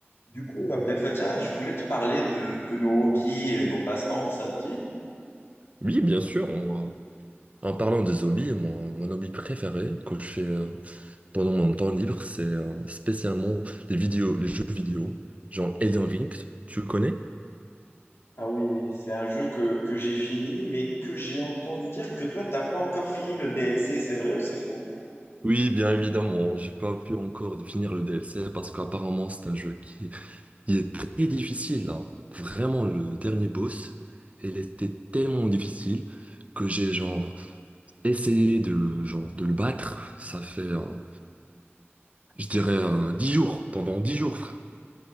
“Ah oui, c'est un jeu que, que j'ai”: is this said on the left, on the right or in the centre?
Left